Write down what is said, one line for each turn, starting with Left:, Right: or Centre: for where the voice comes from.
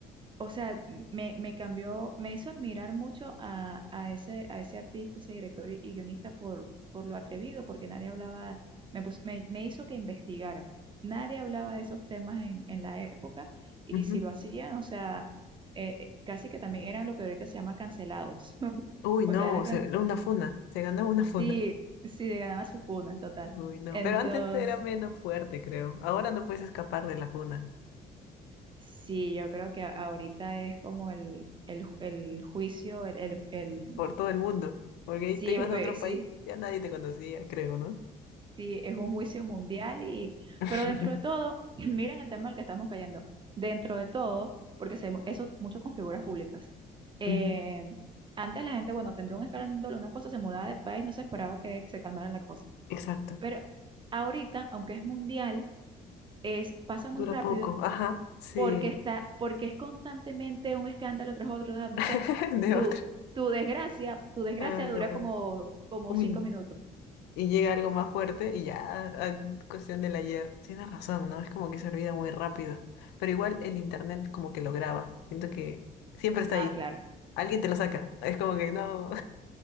Right: o sea, me, me cambió, me hizo admirar mucho a, a ese, a ese artista, ese director y, y guionista por, por lo atrevido, porque nadie hablaba, me, pus- me, me hizo que investigara. Nadie hablaba de esos temas en, en la época y
Left: Ujú.
Right: si lo hacían, o sea, eh, casi que también eran lo que ahorita se llama cancelados. <laughs>
Left: Uy,
Right: O
Left: no,
Right: sea, eran,
Left: se-
Right: cance-
Left: una funda. Se ganó una funda.
Right: sí, sí, ganaba su funa, total.
Left: Uy, no.
Right: Entonces,
Left: Pero antes era menos fuerte, creo. Ahora no puedes escapar de la funda.
Right: sí, yo creo que a- ahorita es como el, el, ju- el juicio, el, el, el
Left: por todo el mundo, porque
Right: Sí,
Left: te ibas
Right: es,
Left: a
Right: eh,
Left: otro
Right: sí,
Left: país, ya nadie te conocía, creo, ¿no?
Right: sí, es un juicio mundial y,
Left: <laughs>
Right: pero dentro de todo, <clears throat> miren el tema al que estamos cayendo. Dentro de todo, porque se, eso mucho con figuras públicas. eh,
Left: Ujú,
Right: antes la gente, bueno, tendría un escándalo, una cosa, se mudaba de país, no se esperaba que se calmara la cosa.
Left: Exacto.
Right: Pero ahorita, aunque es mundial, es, pasa
Left: Dura
Right: muy rápido
Left: poco. Ajá, sí.
Right: porque está, porque es constantemente un escándalo tras otro. tras otro. Entonces,
Left: <laughs> De
Right: tu,
Left: otro.
Right: tu desgracia, tu desgracia
Left: Algo.
Right: dura como, como
Left: un
Right: cinco
Left: min-
Right: minutos.
Left: y llega algo más fuerte y ya, ah, cuestión del ayer. Tienes razón, ¿no? Es como que se olvida muy rápido. Pero igual el internet como que lo graba. Siento que siempre está
Right: Ah,
Left: ahí.
Right: claro.
Left: Alguien te lo saca. Es como que no.